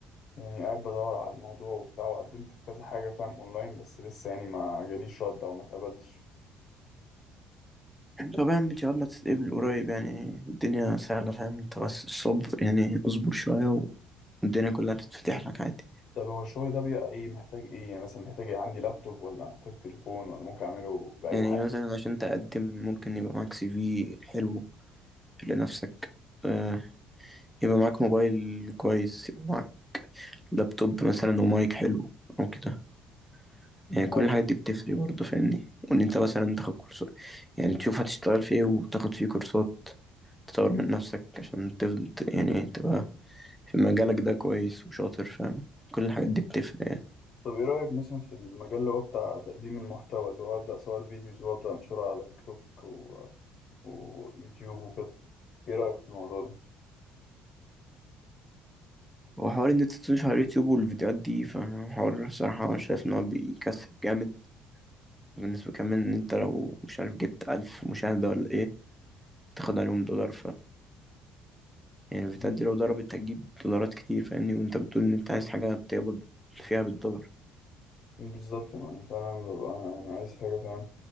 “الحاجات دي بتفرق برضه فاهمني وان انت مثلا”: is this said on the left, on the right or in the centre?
Centre